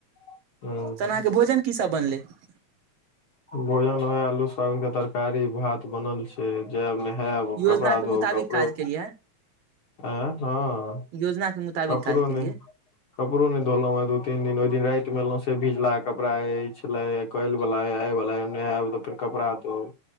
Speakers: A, on the left; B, on the right.
A: <unintelligible>
B: तहन अहाँके भोजन की सब बनलै ‌।
A: भोजन वैह आलू सोयाबिन कऽ तरकारी भात बनल छै। से जायब नहायब
B: योजना
A: कपड़ा
B: के
A: धोब
B: मुताबिक
A: कपड़ो
B: काज केलियै है,
A: आएं हऽ
B: योजना के मुताबिक
A: <inaudible> कपड़ो
B: काज केलियै
A: नै कपड़ो नै धोलौ है दू तीन दिन ओइ दिन रात में एलौ से भिजलाहा कपड़ा ई छलै है। काइल वला या आय वला या नहैव तऽ फेर कपड़ा धोअव